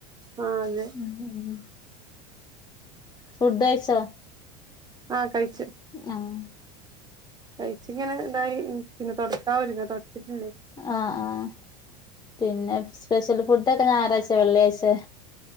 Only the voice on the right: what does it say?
ആ അതെ
ആഹ് കഴിച്.
കഴിച്ച ഇങ്ങനെ ഇതായി പിന്നെ തൊടക്കാനൊര്ങ്ങ തൊടച്ചിട്ടില്ലേ.